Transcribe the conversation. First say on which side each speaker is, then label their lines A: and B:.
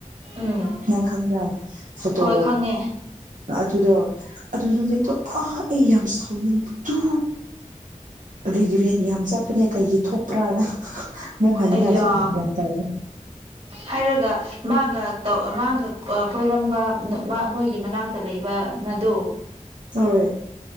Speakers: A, on the right (about 45°); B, on the right (about 75°).
A: ꯎꯝ
B: ꯅꯪ ꯈꯪꯕ꯭ꯔꯥ꯫ ꯐꯣꯇꯣ
A: ꯍꯣꯏ ꯈꯪꯉꯦ꯫
B: ꯑꯗꯨꯗꯣ ꯑꯗꯨ ꯅꯨꯃꯤꯠꯇꯣ ꯑꯥ ꯑꯩ ꯌꯥꯝ ꯁꯥꯎꯅꯤꯡ ꯇꯨ ꯔꯤꯒ꯭ꯔꯦꯠ ꯌꯥꯝ ꯆꯠꯄꯅꯦ ꯀꯩꯒꯤ ꯊꯣꯛꯄ꯭ꯔꯥꯅ꯫ ꯑꯃꯨꯛ ꯍꯟꯅꯤꯡꯉꯥꯏꯁꯨ
A: ꯑꯩꯌꯥ
B: ꯐꯔꯛ ꯌꯥꯝ ꯇꯥꯕꯅꯦ
A: ꯍꯥꯏꯔꯒ ꯃꯥꯒ ꯇꯧ ꯑ ꯃꯥꯒ ꯑ ꯀꯣꯏꯔꯝꯕꯥ ꯃ ꯃꯣꯏꯒꯤ ꯃꯅꯥꯛꯇ ꯂꯩꯕ ꯃꯗꯨ
B: ꯍꫭꯏ꯫